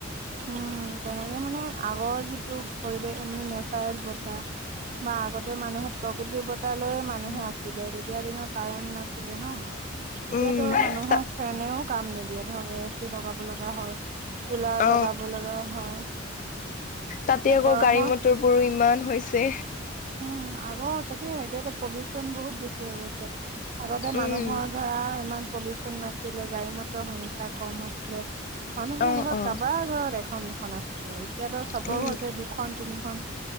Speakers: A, on the right; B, on the left.
A: উম তেনেকে মানে আগৰ যিটো পৰিৱেশ মানে নেচাৰেল বতাহ, বা আগতে মানুহে প্ৰকৃতিৰ বতাহ লৈয়ে মানুহে
B: উম।
A: আছিলে তেতিয়া দিনৰ কাৰেণ্ট না ছিলে ন এতিয়াতো
B: উম
A: মানুহক
B: তা
A: ফেনেও কাম নিদিয়ে ধৰ এ চি লগাব লগা হয় কুলাৰ
B: অ
A: লগাব লগা হয়।
B: তাতে
A: মানে
B: আকৌ
A: গৰমৰ
B: গাড়ী মটৰ বোৰো ইমান হৈছে।
A: উম আগৰ তাকে এতিয়াটো পলিউচন বহুত বেছি হৈ গৈছে। আগতে মানুহৰ
B: উম
A: ধৰা ইমান পলিউচন নাছিলে গাড়ী মটৰ সংখ্যা কম আছিলে। মানুহৰ
B: অ
A: ঘৰত
B: অ
A: কাবাৰ ঘৰত এখন দুখন আছিলে, এতিয়াতো চবৰ
B: উম
A: ঘৰতে দুখন তিনিখন,